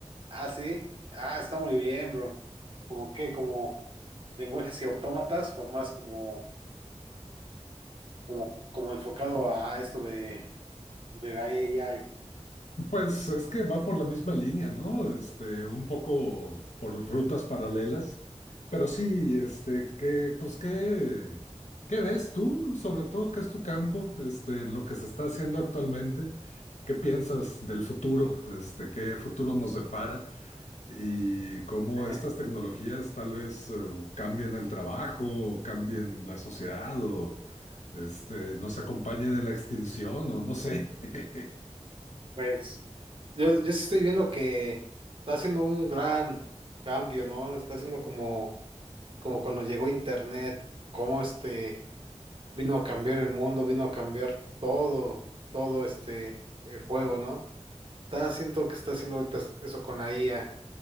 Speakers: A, on the right; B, on the left.
A: Ah, sí. Ah, está muy bien, bro. ¿Como qué? ¿Como lenguajes y autómatas o más como, como, como enfocado a esto de, de la A I
B: Pues es que va por la misma línea, ¿no? Este, un poco por rutas paralelas, pero sí, este, qué, pues qué, qué ves tú, sobre todo, qué es tu campo, este, en lo que se está haciendo actualmente, qué piensas del futuro, este, qué futuro nos depara. y cómo
A: <laughs>
B: estas tecnologías tal vez eh, cambien el trabajo, o cambien la sociedad o este, nos acompañen en la extinción o no sé. <laughs>
A: Pues yo, yo sí estoy viendo que está haciendo un gran cambio, ¿no? Está haciendo como, como cuando llegó Internet, como este Vino a cambiar el mundo, vino a cambiar todo, todo este, el juego, ¿no? Está, siento que está haciendo ahorita eso con la IA.